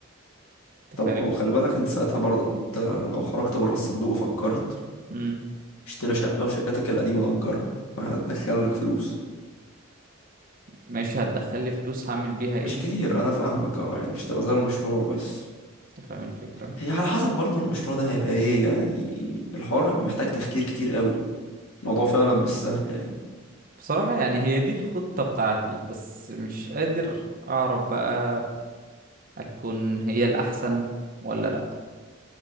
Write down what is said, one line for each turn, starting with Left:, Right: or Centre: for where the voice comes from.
Right: انت
Left: طب
Right: فاهم
Left: ما هو خلي بالك انت ساعتها برضه انت لو خرجت بره الصندوق وفكرت
Right: امم
Left: اشتري شقة وشقتك القديمة أجرها ما هتدخلك فلوس
Right: ماشي هتدخل لي فلوس هعمل بيها ايه
Left: مش كتير أنا فاهمك اه يعني مش هتبقى زي المشروع بس
Right: انت فاهم الفكرة
Left: هي على حسب برضه المشروع ده هيبقى ايه يعني الحوار هيبقى محتاج تفكير كتير قوي الموضوع فعلا مش سهل يعني
Right: بصراحة يعني هي دي الخطة بتاعتي بس مش قادر اعرف بقى اكون هي الاحسن ولا لا